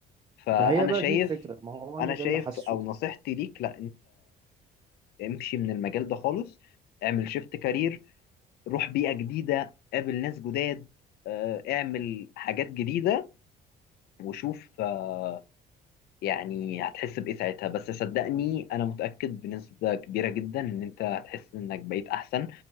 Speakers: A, on the left (about 70°); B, on the right (about 25°).
A: فانا
B: ما هي بقى
A: شايف
B: دي الفكرة ما هو أنا
A: انا
B: ده
A: شايف
B: اللي حاسه
A: او نصيحتي ليك لا امشي من المجال ده خالص اعمل شيفت كارير روح بيئة جديدة قابل ناس جداد آه، اعمل حاجات جديدة وشوف آه، يعني هتحس بإيه ساعتها بس صدقني أنا متأكد بنسبة كبيرة جدا إن أنت هتحس إنك بقيت أحسن